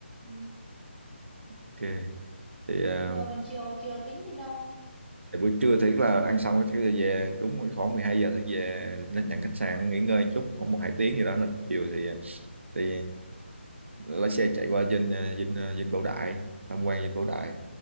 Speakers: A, in the centre; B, on the right (about 75°).
A: ừ.
B: ok thì um,
A: rồi còn chiều chiều tính đi đâu không
B: Thì buổi trưa thì là ăn xong cái về đúng khoảng 12 giờ thì về lên nhận khách sạn nghỉ ngơi một chút khoảng một hai tiếng gì đó là chiều thì thì lái xe chạy qua dinh dinh dinh Bảo Đại tham quan dinh Bảo Đại